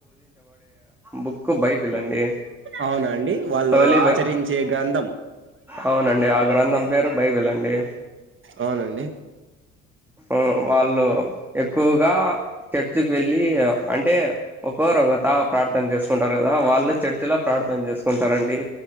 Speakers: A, in the centre; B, on the right.
A: బుక్కు బై బిలండి
B: అవునా అండి వాళ్ళు
A: హోలిబా
B: ఆచరించే గ్రంథం
A: అవునండి ఆ గ్రంథం పేరు బైబిలండీ
B: అవునండి
A: అ వాళ్ళు ఎక్కువగా చె ర్చికి వెళ్ళీ అంటే ఒకరు ఒక తా ప్రా చేసుకుంటారు కదా వాళ్ళు చర్చలో ప్రార్థన చేసుకుంటారండి